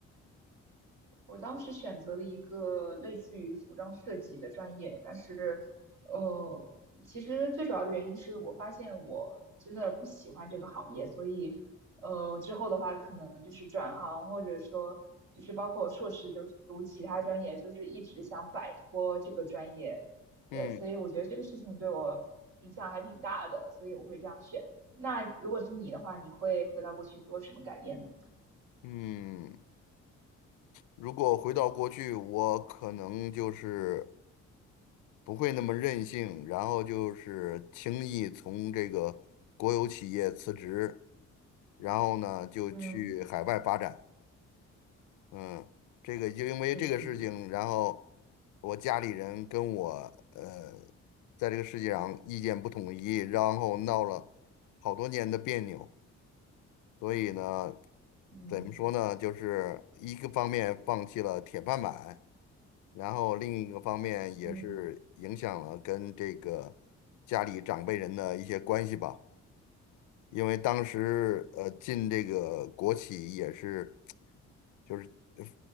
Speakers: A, on the right; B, on the left.
A: 我当时选择了一个类似于服装设计的专业，但是，呃，其实最主要的原因是我发现我真的不喜欢这个行业，所以，呃，之后的话可能就是转行，或者说就是包括硕士就是读其他专业，就是一直想摆脱这个专业，对，
B: 嗯
A: 所以我觉得这个事情对我影响还挺大的，所以我会这样选。那如果是你的话，你会回到过去做什么改变呢？
B: 嗯，如果回到过去，我可能就是。不会那么任性，然后就是轻易从这个国有企业辞职，然后呢就去海外发展。
A: 嗯
B: 嗯，这个就因为这个事情，
A: 嗯
B: 然后我家里人跟我呃在这个世界上意见不统一，然后闹了好多年的别扭，所以呢，
A: 嗯
B: 怎么说呢，就是一个方面放弃了铁饭碗。然后另一个方面也是影响了跟这个家里长辈人的一些关系吧。
A: 嗯。
B: 因为当时呃进这个国企也是，就是呃